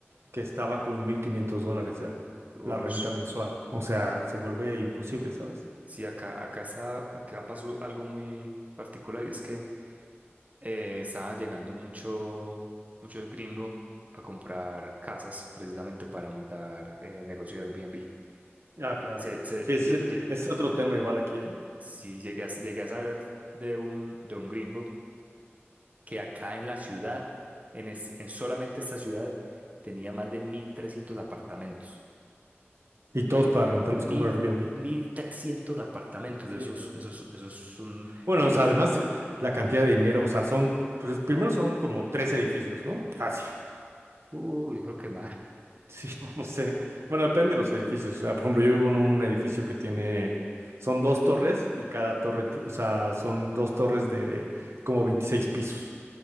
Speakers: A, on the right; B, on the right.
A: que estaba como en 1.500 dólares ya,
B: Ush.
A: la renta mensual. O sea, se vuelve imposible, ¿sabes?
B: Sí, acá, acá está, acá pasó algo muy particular y es que eh, estaba llegando mucho, muchos gringos a comprar casas precisamente para montar eh, el negocio de Airbnb.
A: Ah, claro.
B: Se, se,
A: Sí, es,
B: lle- lle-
A: es otro tema igual aquí, ¿eh?
B: sí llegué a, llegué a saber de un, de un gringo que acá en la ciudad, en, es- en solamente esta ciudad, tenía más de 1.300 apartamentos.
A: Y
B: Mil,
A: todos para rentarlos
B: mil,
A: como Airbnb.
B: 1.300 apartamentos.
A: Sí,
B: Esos,
A: no, no,
B: esos,
A: no.
B: esos son
A: Bueno,
B: edificios.
A: o sea, además la cantidad de dinero, o sea, son, pues primero son como tres edificios, ¿no? Fácil.
B: Uy, yo creo que más. <laughs>
A: Sí, <laughs> no sé. Bueno, depende de los edificios. O sea, por ejemplo, yo vivo en un edificio que tiene, son dos torres y cada torre, ti- o sea, son dos torres de como 26 pisos